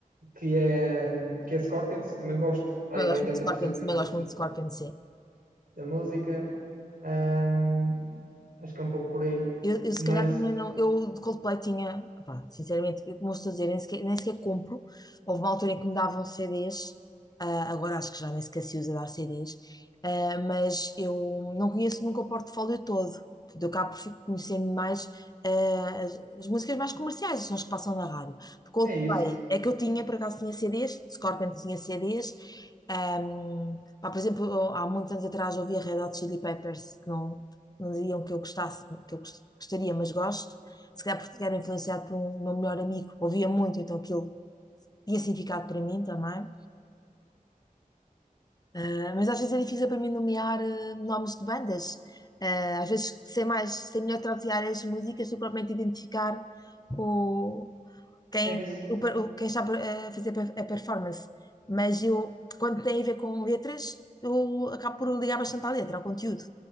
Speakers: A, on the right; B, on the left.
A: que é, que é Scorpions, também gosto para
B: Também
A: aí de
B: gosto
A: oitenta
B: muito de Scorpion,
A: por cento
B: também
A: noventa
B: gosto
A: por cento
B: muito de Scorpion, sim.
A: da música. Ehm, acho que é um pouco por aí.
B: Eu, eu
A: Mas
B: se calhar também não. Eu de Coldplay tinha, pá, sinceramente, eu, como eu estou a dizer, nem sequer, nem sequer compro. Houve uma altura em que me davam CDs, ah, agora acho que já nem sequer se usa dar CDs, ah, mas eu não conheço nunca o portfólio todo. Portanto, Eu cá por conhecer mais ah, as, as músicas mais comerciais, são as que passam na rádio. De Coldplay
A: é isso,
B: é que eu tinha, por acaso tinha CDs, de Scorpions tinha CDs. ah, pá, por exemplo, eu, há muitos anos atrás ouvia Red Hot Chili Peppers, que não, não diriam que eu gostasse, que eu gos- gostaria, mas gosto. Se calhar porque era influenciado por um meu melhor amigo, ouvia muito, então aquilo tinha significado para mim também. Ah, mas às vezes é difícil para mim nomear eh, nomes de bandas. Ah, às vezes sei mais, sei melhor traduziar as músicas do que propriamente identificar o, quem,
A: é isso.
B: o per- o- quem está a fazer a performance. Mas eu, quando tem a ver com letras, eu acabo por ligar bastante à letra, ao conteúdo.